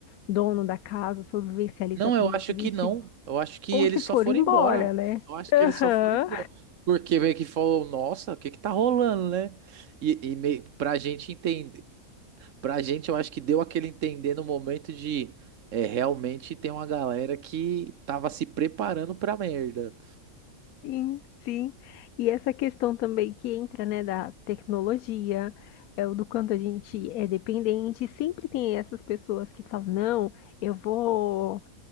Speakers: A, on the left; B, on the right.
A: dono da casa, o sobrevivencialista,
B: Não,
A: como
B: eu acho
A: você disse,
B: que não. Eu acho que
A: ou
B: eles
A: se foram
B: só foram
A: embora,
B: embora.
A: né?
B: Eu acho
A: Aham.
B: que eles só foram embora. Porque meio que falou, nossa, o que que tá rolando, né? E, e meio, pra gente entender, pra gente eu acho que deu aquele entender no momento de é, realmente tem uma galera que tava se preparando pra merda.
A: Sim, sim. E essa questão também que entra, né, da tecnologia, é o do quanto a gente é dependente. Sempre tem essas pessoas que falam, não, eu vou.